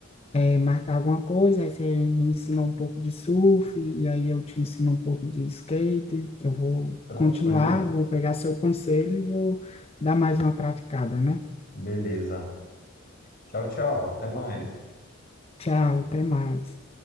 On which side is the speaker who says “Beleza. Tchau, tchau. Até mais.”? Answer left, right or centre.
Left